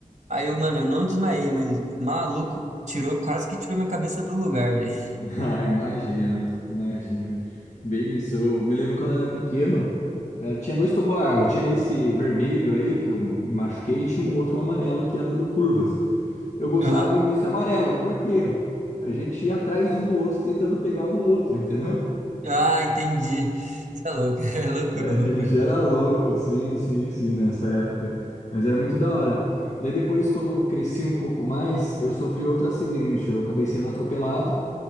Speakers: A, on the right; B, on the left.
A: Aí eu, mano, eu não desmaiei, mas maluco, tirou, quase que tirou minha cabeça do lugar, velho. <laughs>
B: Ah, imagina, imagina. Bem isso, eu me lembro quando eu era pequeno, eh, tinha dois toboágua, tinha esse vermelho aí que eu me machuquei, e tinha um outro amarelo que ia dando curvas. Eu gostava
A: Aham.
B: ir nesse amarelo, porque a gente ia atrás um do outro tentando pegar um outro, entendeu? <laughs>
A: Ah, entendi. Você é louco, <laughs> é loucura,
B: A
A: loucura.
B: gente era louco, sim, sim, sim, nessa época. Mas era muito da hora. Daí depois, quando eu cresci um pouco mais, eu sofri outro acidente. Eu acabei sendo atropelado